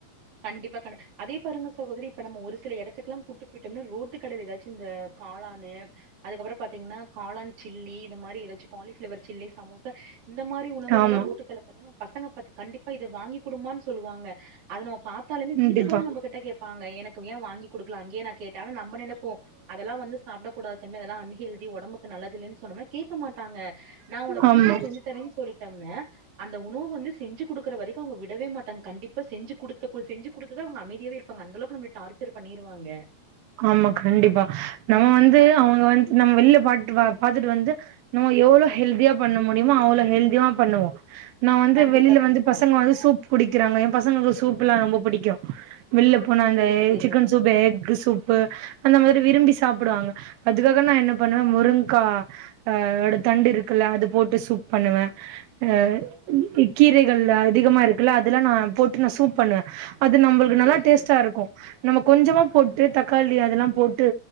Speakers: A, on the right; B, on the right.
A: கண்டிப்பா கண்ட அதே பாருங்க சகோதரி இப்ப நம்ம ஒரு சில எடத்துக்கு எல்லா கூட்டு போட்டோம்னா ரோட்டு கடைலே ஏதாச்சு இந்த காளானு அதுக்கப்ரோ பாத்தீங்னா காளான் சில்லி இது மாரி ஏதாச்சு காலிஃப்ளேவர் சில்லி சமோசா இந்த மாரி உணவுகள்
B: ஆமா.
A: எல்லா ரோட்டு கல்ல பாத்தேன்னா பசங்க பாத் கண்டிப்பா இத வாங்கி குடும்மான் சொல்லுவாங்க அத நம்ம பாத்தாலுமே
B: கண்டிப்பா.
A: வீட்டுக்கு வந்து நம்ம கிட்ட கேப்பாங்க எனக்கு ஏ வாங்கிகுடுக்கல அங்கே நா கேட்டாலு நம்ம நெனப்போ அதெல்லா வந்து சாப்ட கூடாது தம்பி அதெல்லா அன்ஹெல்தி ஓடம்புக்கு நல்லதில்லேன்னு சொன்னமுனாய் கேக்க மாட்டாங்க நா உனக்கு
B: ஆமா.
A: வீட்ல செஞ்சி தரேன்ஸ் சொல்லிடம்ன அந்த உணவு வந்து செஞ்சி குடுக்குற வரைக்கு அவங்க விடவே மாட்டாங்க கண்டிப்பா செஞ்சி குடுத் துககுள் செஞ்சி குடுத்துதா அவங்க அமைதியாவே இருப்பாங்க அந்த அளவுக்கு நம்மல டார்ச்சர் பண்ணிருவாங்க
B: ஆமா கண்டிப்பா நம்ம வந்து அவங்க வந்து நம்ம வெளில பாட்டு பா பாத்துட்டு வந்து நம்ம எவ்ளோ ஹெல்தியா பண்ண முடியுமே அவ்ளோ ஹெல்தியா பண்ணுவோ நா வந்து
A: கண்டிப்பா,
B: வெளில
A: கண்டிப்பா.
B: வந்து பசங்க வந்து சூப் குடிக்கிறாங்க ஏ பசங்களுக்கு சூப் எல்லா ரொம்ப பிடிக்கு வெள்ல போனா அந்த
A: சரிங்க, சரிங்க
B: chicken
A: sir.
B: Soup egg soup ப்பு அந்த மாரி விரும்பி சாப்டுவாங்க அதுக்காக நா என்ன பண்ணுவே முருங்கக்கா ஆ அதோட தண்டு இருக்குல்ல அது போட்டு சூப் பண்ணுவ அ ம் கீ கீரைகள் அதிகமா இருக்குல்ல அதெல்லா நா போட்டு நா சூப் பண்ணுவ அது நம்ளுக்கு நல்லா
A: சரிங்க
B: டேஸ்ட்டா
A: சார்.
B: இருக்கு நம்ம கொஞ்சமா போட்டு தக் காளி அதெல்லா போட்டு